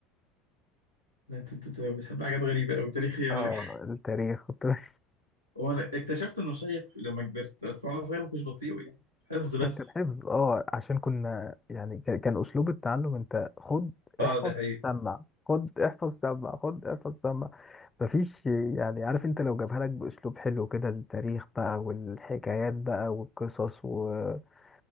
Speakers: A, on the right; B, on the left.
A: لا، انت انت أنت بتحب حاجات غريبة أوي تاريخية
B: اه
A: راجل
B: التاريخ كنت <laughs>
A: هو انا اكتشفت انه شيق لما كبرت بس وانا صغير ما كنتش بطيء يعني حفظ بس
B: كان حفظ اه عشان كنا يعني كان كان اسلوب التعلم انت خد
A: اه
B: احفظ
A: ده حقيقي
B: سمع خد احفظ سمع خد احفظ سمع مفيش يعني عارف انت لو جابها لك باسلوب حلو كده التاريخ بقى والحكايات بقى والقصص ومش